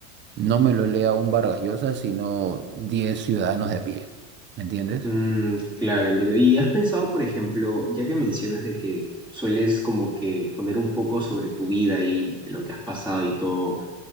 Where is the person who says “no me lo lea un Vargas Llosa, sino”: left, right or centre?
Right